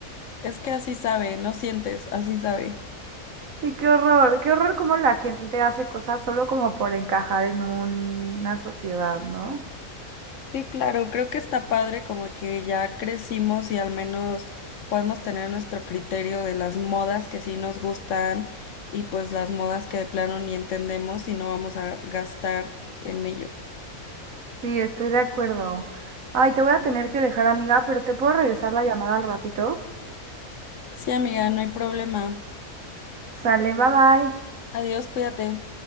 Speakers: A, on the left (about 65°); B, on the right (about 65°).
A: Es que así sabe, no sientes, así sabe.
B: Sí, qué horror, qué horror cómo la gente hace cosas solo como por encajar en una sociedad, ¿no?
A: Sí, claro, creo que está padre como que ya crecimos y al menos podemos tener nuestro criterio de las modas que sí nos gustan y pues las modas que de plano ni entendemos y no vamos a gastar en ello.
B: Sí, estoy de acuerdo. Ay, te voy a tener que dejar, amiga, pero te puedo regresar la llamada al ratito.
A: Sí, amiga, no hay problema.
B: Sale, bye bye.
A: Adiós, cuídate.